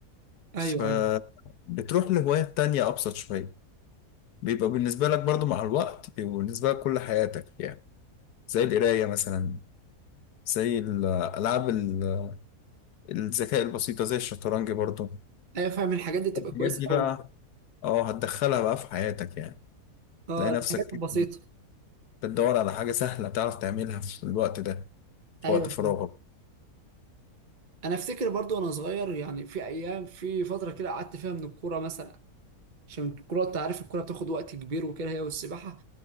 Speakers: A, on the right; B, on the left.
A: ايوه
B: فبتروح
A: ايوه
B: لهواية تانية ابسط شوية بيبقى بالنسبة لك برضو مع الوقت بيبقى بالنسبة لك كل حياتك يعني زي القراية مثلا زي الألعاب ال- الذكاء البسيطة زي الشطرنج برضو
A: ايوه فاهم الحاجات دي تبقى
B: الحاجات
A: كويسة
B: دي
A: قوي
B: بقى اه هتدخلها بقى في حياتك يعني
A: اه
B: تلاقي
A: الحاجات
B: نفسك كده
A: البسيطة
B: بتدور على حاجة سهلة تعرف تعملها في الوقت ده في
A: ايوه
B: وقت فراغك
A: فاهم. انا افتكر برضو وانا صغير يعني في ايام في فتره كده قعدت فيها من الكوره مثلا عشان الكوره انت عارف الكوره بتاخد وقت كبير وكده هي والسباحه